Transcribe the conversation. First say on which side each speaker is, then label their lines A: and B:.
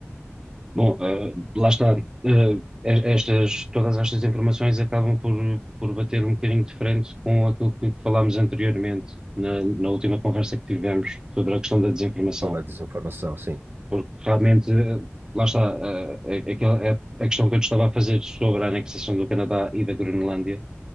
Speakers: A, on the right; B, on the right.
A: Bom, eh, lá está. Eh, es- estas, todas estas informações acabam por, por bater um bocadinho de frente com aquilo que falámos anteriormente, na, na última conversa que tivemos sobre a questão da desinformação.
B: Sobre a desinformação, sim.
A: Porque realmente, eh, lá está, eh, a- aquela- a, a questão que eu te estava a fazer sobre a anexação do Canadá e da Groenlândia,